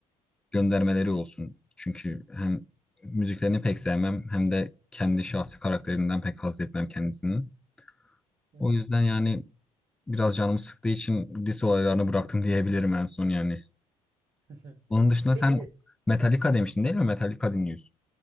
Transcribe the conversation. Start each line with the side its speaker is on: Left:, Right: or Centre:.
Centre: göndermeleri olsun. Çünkü hem müziklerini pek sevmem hem de kendi şahsi karakterinden pek haz etmem kendisinin.
Right: Hı
Centre: O
Right: hı.
Centre: yüzden yani biraz canımı sıktığı için dis olaylarını bıraktım diyebilirim en son yani.
Right: hı hı.
Centre: Onun dışında
Right: Peki
Centre: sen Metallica demiştin değil mi? Metallica dinliyorsun.